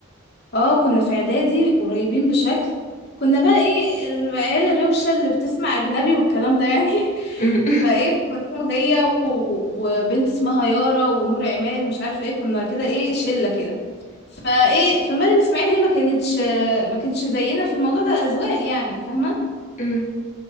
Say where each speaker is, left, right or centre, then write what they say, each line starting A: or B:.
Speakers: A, on the left (about 55°); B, on the left (about 40°).
A: اه كنا في اعدادي قريبين بشكل كنا بقى ايه العيال الروشة اللي بتسمع اجنبي والكلام ده يعني <laughs>
B: <laughs> أمم،
A: فايه كنا انا وهي و- وبنت اسمها يارا ونور عماد ومش عارفه ايه كنا كده ايه شلة كده فايه فمريم اسماعيل هي ما كانتش ما كانتش زينا في الموضوع ده اذواق يعني فاهمه
B: أمم،